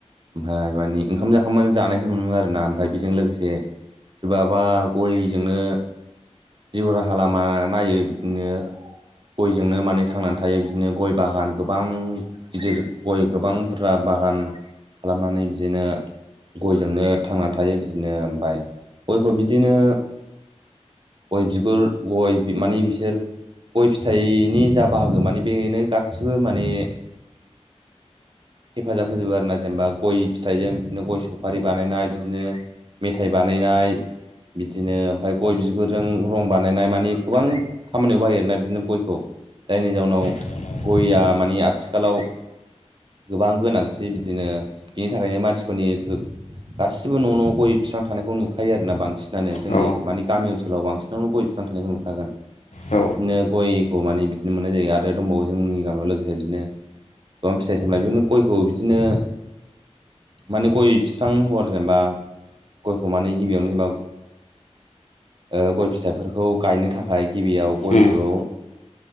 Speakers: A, on the right (about 45°); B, on the left (about 80°).
A: <inaudible> ओमफ्राय मानि ओंखाम जाखांबानो जानायखौ नुनो मोनो आरोना ओमफ्राय बेजों लोगोसे सोरबाबा गयजोंनो जिउ राहा लामा नायो बिदिनो गयजोंनो माने थांनानै थायो बिदिनो गय बागान गोबां गिदिर गय गोबां बुरजा बागान खालामनानै बिदिनो गयजोंनो थांनानै थायो बिदिनो ओमफ्राय गयखौ बिदि बिदिनो गय बिगुर गय बिमाने बिसोर गय फिथाइनि जा बाहागो माने बेनो गासिबो माने हेफाजाब होजोबो आरोना, जेनेबा गय फिथाइजों बिदिनो गय सफारि बानायनाय बिदिनो मेथाइ बानायनाय बिदिनो ओमफ्राय गय बिगुर जों रं बानायनाय मानि गोबां खामानियाव बाहायो आरना बिदिनो गयखौ। जायनि जाउनाव
B: फिथाइजों जायनि जाउनाव
A: गयआ माने आथिखालाव गोबां गोनांथि बिदिनो बिनि थाखायनो मानसिफोरनि गो गासिबो न' न' गय फिफां थानायखौ नुखायो आरोना बांसिन। <unintelligible> जोंनि
B: औ
A: मानि गामि ओनसोलाव बांसिननावनो गय फिफां थानायखौ नुखागोन। बिदिनो
B: औ
A: गयखौ माने बिदिनो मोननाय जायो आरो दंबावो जोंनि गामियाव लोगोसे बिदिनो गोबां फिथाइ <unintelligible> बेनो गयखौ बिदिनो माने गय बिफां हर जेनेबा गयखौ माने गिबियावनो एबा ओ गय फिथाइफोरखौ गायनो थाखाय गिबियाव गयखौ
B: उम